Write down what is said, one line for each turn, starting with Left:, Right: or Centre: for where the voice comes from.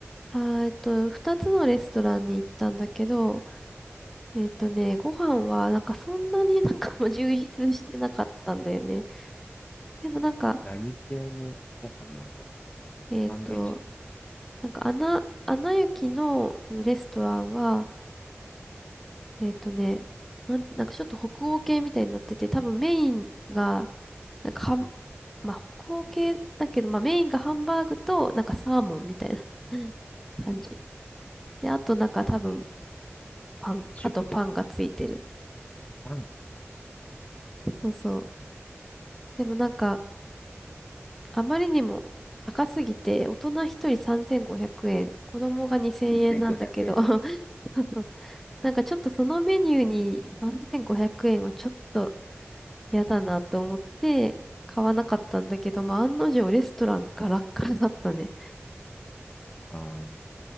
Centre: あー、えっと、二つのレストランに行ったんだけど、えっとね、ご飯はなんかそんなに <laughs> なんかもう充実してなかったんだよね。でもなんか、
Left: 何系のご飯なんだろう
Centre: えっと、
Left: サンドイッチとか、
Centre: なんかアナ、アナ雪のそのレストランは、えっとね、なん、なんかちょっと北欧系みたいになってて、多分メインが、なんかはん、まあ北欧系だけど、まあメインがハンバーグと、なんかサーモンみたいな <laughs> 感じ。で、あとなんか多分パン、
Left: シューポテトみたい
Centre: あとパンがついてる。
Left: な。
Centre: そうそう。でもなんか、あまりにも高すぎて、大人一人3500円、子供が2000円なんだけど、
Left: 3500円。
Centre: <laughs> そうそうなんかちょっとそのメニューに3500円はちょっと嫌だなと思って、買わなかったんだけど、まあ、案の定レストランガラッガラだったね。
Left: ああ、